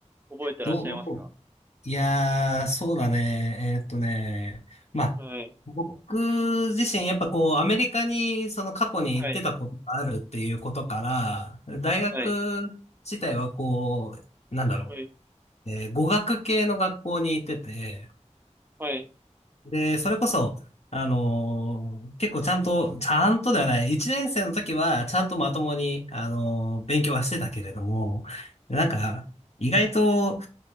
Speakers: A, on the right; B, on the left.
A: 覚えてらっしゃいますか
B: どう、いやー、そうだね。えーっとね。まあ、
A: はい。
B: 僕自身、やっぱこう、アメリカにその過去に行ってたことがあるっていうことか
A: はい。
B: ら、大学自体はこう、
A: はい。
B: なんだろ
A: はい。
B: う、えー語学系の学校に行ってて、
A: はい。
B: で、それこそ、あのー結構ちゃんと、ちゃんとではない、一年生の時はちゃんとまともに、あのー勉強はしてたけれども、なんか、意外と、